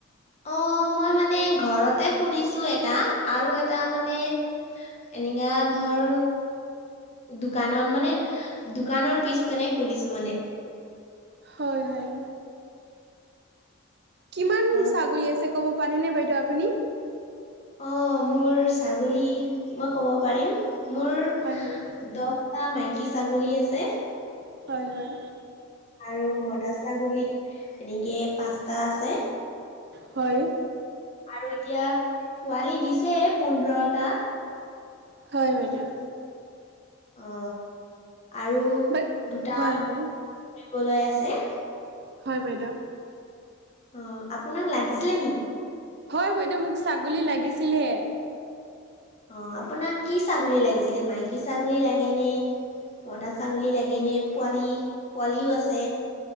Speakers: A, on the left; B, on the right.
A: অ মই মানে ঘৰতে খুলিছো এটা আৰু এটা মানে এনেকা ধৰ দোকানত মানে, দোকানৰ পিছ পানে খুলিছো মানে।
B: হয় হয়। কিমান
A: অ
B: ছাগলী আছে ক'ব পাৰেনে বাইদেউ আপুনি।
A: অ মোৰ ছাগলী মই ক'ব পাৰিম। মোৰ
B: হয় হয় বাইদেউ
A: দহটা মাইকী ছাগলী আছে।
B: হয় হয়।
A: আৰু মত ছাগলী এনেকে পাঁচটা আছে।
B: হয়।
A: আৰু এতিয়া পোৱালি দিছে পোন্ধৰটা।
B: হয় বেদাম।
A: অ আৰু
B: বাই
A: দুটা
B: হয় হয়
A: বলৈ আছে।
B: হয় বাইদেউ।
A: অ আপোনাক লাগিছিলে নি?
B: হয় বাইদেউ মোক ছাগলী লাগিছিলহে।
A: অ আপোনাক কি ছাগলী লাগিছিলে মাইকী ছাগলী লাগেনে মতা ছাগলী লাগেনে পোৱালি পোৱালিও আছে?